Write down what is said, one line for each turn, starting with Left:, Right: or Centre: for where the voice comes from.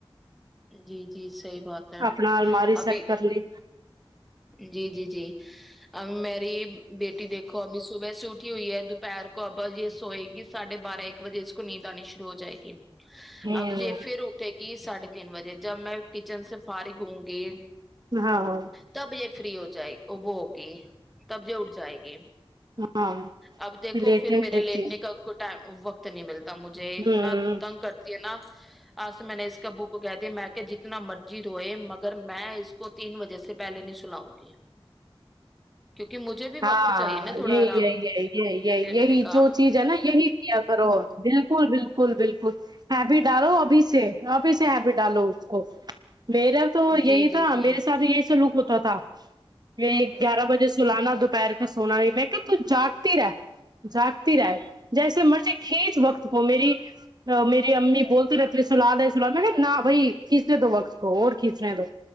Centre: جی جی صحیح بات ہے
Right: اپنا الماری
Centre: ابھی
Right: سیٹ کر لی
Centre: جی جی جی ا میری بیٹی دیکھو ابھی صبح سے اٹھ کٹھی ہوئی ہے دوپہر کو اب یہ سوئے گی سھے بارہ ایک بجے کو نیند آنی شروع ہو جائے گی
Right: ہوں
Centre: اب یہ پھر اٹھے گی ساڑھے تین بجے جب میں کچن سے فارغگ ہوں گی
Right: ہاں ہاں
Centre: تب یہ فری ہوتا جائے وہ ہوگی تب ج اٹھ جائے گی
Right: ہاں
Centre: اب دیکھو
Right: لیٹے
Centre: پھر
Right: نہیں
Centre: میرے لیٹنے
Right: دیتی
Centre: کا کو ٹم وقت نہیں ملتا مجھے اتنا
Right: ہوں
Centre: تنگ کرتی ہے نا آس میں نے اس کبو کو کہہ دیا میں کہ جتنا مرجی ہوئے مگر میں اس کو تین بجے سے پہلے نہیں سناؤں گی کیونکہ مجھے بھی وقت
Right: ہاں
Centre: چاہیے نا تھوڑا
Right: یہی
Centre: آرام
Right: یہی یہی یہی یہی
Centre: لیٹنے
Right: یہی
Centre: کا
Right: جو چیز ہے نا یہی کیایا کرو بالکل بالکل بالکل ہے بھی ڈالو ابھی سے ابھی سے ہے بھی ڈالو اس کو میرا تو
Centre: جی
Right: یہی
Centre: جی
Right: تھا
Centre: جی
Right: میرے سات یہی س لک ہوتا تھا میں گیارہ بجے سلانا تو پیر کے سونا نہیں میں کہ ت جاگتی رہ جاگتی رہ جیسے مرضی کھینچ وقت کو میری میری امی بولتی رہتی سلاد سلاد میں نہ بھائی کھینچنے دو وقت کو اور کھینچنے دو